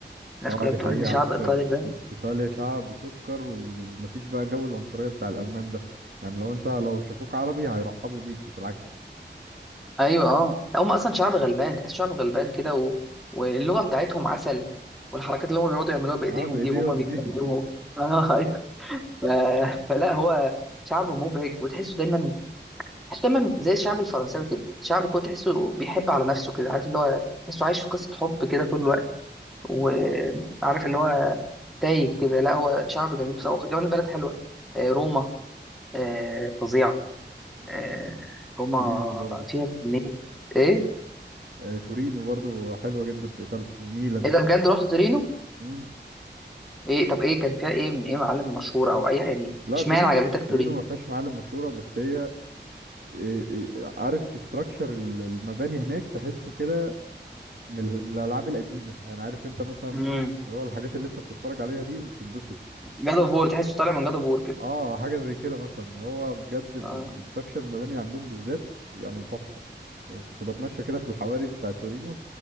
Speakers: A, in the centre; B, on the right (about 65°).
A: الناس
B: اه
A: كلها
B: دي
A: بتقول
B: حقيقة
A: ان شعب
B: على فكرة
A: ايطاليا ده
B: إيطاليا شعب سكر و- ومفيش بقى جو العنصرية بتاع الألمان ده يعني لو أنت لو شافوك عربي هيرحبوا بيك مش العكس
A: ايوه اه هم اصلا شعب غلبان تحس شعب غلبان كده و... واللغه بتاعتهم عسل والحركات اللي هم بيقعدوا يعملوها بايديهم
B: اه بإيديهم
A: دي وهم بيتكلموا
B: دي <laughs>
A: <laughs> ف... فلا هو شعب مبهج وتحسه دايما تحسه دايما زي الشعب الفرنساوي كده شعب كده تحسه بيحب على نفسه كده عارف اللي هو تحسه عايش في قصة حب كده طول الوقت وعارف اللي هو تايه كده لا هو شعب جميل بس هو كمان البلد حلوة آه، روما آه، فظيعة آه، روما
B: تورينو برضو
A: فيها كمية ايه
B: آه تورينو برضو حلوة جدا في إيطاليا وميلان
A: ايه ده بجد رحت تورينو
B: مم.
A: ايه طب ايه كان فيها ايه ايه معالم مشهورة او اي يعني
B: لا
A: اشمعنى
B: تورينو
A: عجبتك
B: تورينو
A: تورينو
B: ما فيهاش معالم مشهورة بس هي إيه- إيه، عارف ستراكشر المباني هناك تحسه كده من ال- من الألعاب القديمة يعني عارف أنت مثلا
A: امم
B: اللي هو الحاجات اللي أنت بتتفرج عليها دي وتتبسط
A: جاد اوف وور تحسه طالع من جاد اوف وور كده
B: اه حاجه زي كده مثلا هو بجد
A: اه
B: الاستراكشر المباني عندهم بالذات يعني تحفه كنت بتمشى كده في الحواري بتاع تورينو